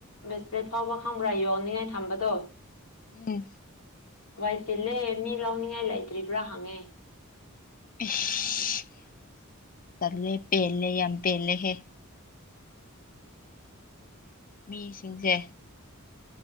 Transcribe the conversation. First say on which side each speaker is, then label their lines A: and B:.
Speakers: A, on the left; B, on the left.
A: ꯕꯦꯁꯄ꯭ꯔꯦꯠ ꯐꯥꯎꯕ ꯈꯪꯕ꯭ꯔꯥ ꯌꯣꯟꯅꯤꯡꯉꯥꯏ ꯊꯝꯕꯗꯣ
B: ꯎꯝ
A: ꯋꯥꯏ ꯆꯜꯂꯦ ꯃꯤ ꯂꯥꯎꯅꯤꯡꯉꯥꯏ ꯂꯩꯇ꯭ꯔꯤꯕ꯭ꯔꯥ ꯍꯪꯉꯦ
B: ꯆꯂꯦ ꯄꯦꯂ ꯌꯥꯝ ꯄꯦꯂ ꯍꯦ ꯃꯤꯁꯤꯡꯁꯦ